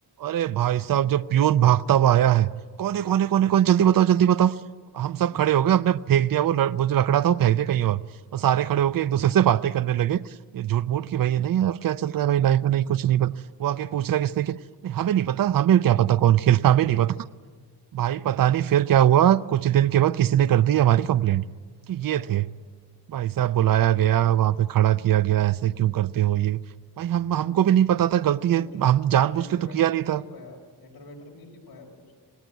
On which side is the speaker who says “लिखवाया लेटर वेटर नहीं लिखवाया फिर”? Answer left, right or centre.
Left